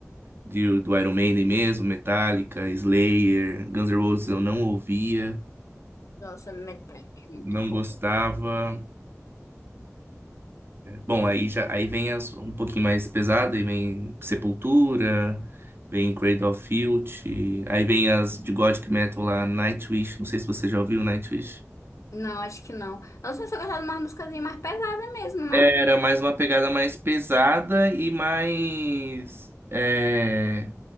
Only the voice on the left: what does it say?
Nossa, Metallica, é muito
bom.
Não, acho que não. Nossa, mas eu gostava de umas musicazinhas mais pesadas mesmo, né?